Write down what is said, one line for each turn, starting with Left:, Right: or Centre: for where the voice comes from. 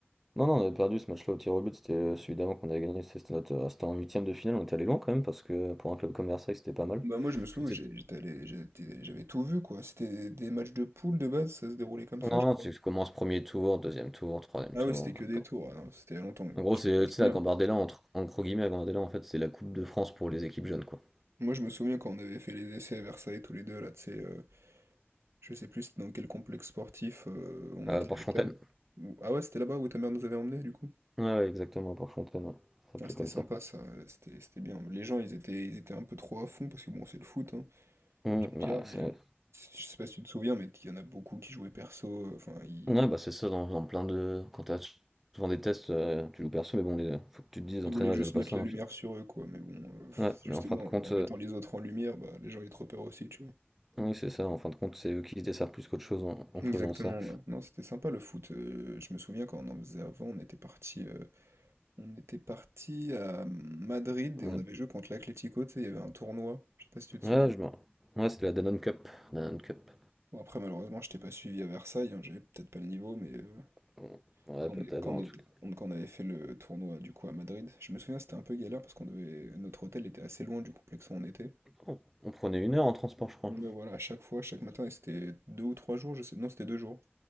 Centre: Non, non, on avait perdu ce match-là au tir au but, c'était euh, celui d'avant qu'on avait gagné. C'était notre, euh, c'était en huitième de finale, on était allé loin quand même, parce que pour un club comme Versailles, c'était pas mal.
Right: Bah, moi, je me souviens,
Centre: C'était-
Right: j'ai- j'étais allé, j'étais- j'avais tout vu, quoi. C'était des matchs de poule de base, ça se déroulait comme ça,
Centre: Non,
Right: je crois.
Centre: tu commences premier tour, deuxième tour, troisième
Right: Ah
Centre: tour.
Right: oui, c'était que
Centre: hein,
Right: des
Centre: comme-
Right: tours, ah non, c'était il y a longtemps, je me
Centre: En gros,
Right: souviens
Centre: c'est
Right: plus très
Centre: tu sais,
Right: bien.
Centre: la Gambardella, entre, en gros guillemets, la Gambardella, en fait, c'est la Coupe de France pour les équipes jeunes, quoi.
Right: Moi, je me souviens quand on avait fait les essais à Versailles, tous les deux, là, tu sais, euh, je sais plus c'était dans quel complexe sportif euh, on
Centre: Euh,
Right: était
Centre: Porte-Fontaine.
Right: avec ta mère. Ou- Ah ouais, c'était là-bas où ta mère nous avait emmenés, du coup?
Centre: Ouais, ouais, exactement, Porte-Fontaine, ouais. Ça s'appelait
Right: Ah, c'était
Centre: comme
Right: sympa
Centre: ça.
Right: ça, euh, c'était c'était bien. Les gens, ils étaient, ils étaient un peu trop à fond parce que bon, c'est le foot, hein.
Centre: Hmm,
Right: Tu me diras,
Centre: bah,
Right: mais
Centre: c'est-
Right: euh, je sais pas si tu te souviens, mais il y en a beaucoup qui jouaient perso. euh, Enfin, ils,
Centre: Ouais, bah, c'est ça dans dans plein de quand tu as souvent des tests, heu, tu loues personne, mais bon, les faut que tu te dises les
Right: ils
Centre: entraîneurs
Right: voulaient juste
Centre: ils aiment
Right: mettre
Centre: pas ça,
Right: la
Centre: hein,
Right: lumière
Centre: puis
Right: sur eux, quoi. Mais bon, euh,
Centre: ouais,
Right: justement,
Centre: mais en fin de compte,
Right: euh, en
Centre: heu,
Right: mettant les autres en lumière, bah, les gens ils te repèrent aussi, tu vois.
Centre: oui, c'est ça, en fin de compte, c'est eux qui se desservent plus qu'autre chose en en
Right: Exactement,
Centre: faisant ça.
Right: ouais. Non, c'était sympa le foot. Euh, je me souviens quand on en faisait avant, on était parti, euh, on était parti à Madrid
Centre: Ouais,
Right: et on avait joué contre l'Atlético, tu sais, il y avait un tournoi. Je sais pas si tu te
Centre: ouais,
Right: souviens.
Centre: je me ouais, c'était la Danone Cup, Danone Cup.
Right: Bon, après, malheureusement, je t'ai pas suivi à Versailles, hein, j'avais peut-être pas le niveau, mais euh,
Centre: Mmh, ouais,
Right: Quand
Centre: peut-être,
Right: on, est- quand
Centre: ouais,
Right: on
Centre: en
Right: est-
Centre: tout cas,
Right: on- quand on avait fait le tournoi du coup à Madrid, je me souviens c'était un peu galère parce qu'on devait notre hôtel était assez loin du complexe où on était.
Centre: on on prenait une heure en transport, je crois.
Right: Mais voilà, à chaque fois, chaque matin, et c'était deux ou trois jours, je sais. Non, c'était deux jours.